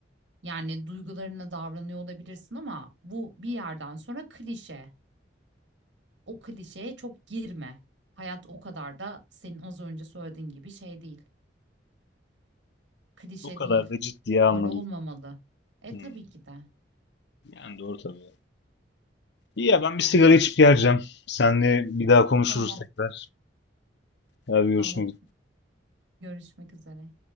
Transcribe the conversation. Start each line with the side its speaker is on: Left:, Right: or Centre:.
Right: Yani duygularına davranıyor olabilirsin ama bu bir yerden sonra klişe. O klişeye çok girme. Hayat o kadar da senin az önce söylediğin gibi şey değil. Klişe
Left: O kadar
Right: değil.
Left: da ciddiye
Right: Böyle
Left: alma
Right: olmamalı.
Left: diyor.
Right: E
Left: Hmm,
Right: tabii ki de.
Left: yani doğru tabii. İyi ya ben bir sigara içip geleceğim. Seninle bir daha konuşuruz
Right: Tamam,
Left: tekrar. Ya bir görüşmek
Right: tamam.
Left: üzere.
Right: Görüşmek üzere.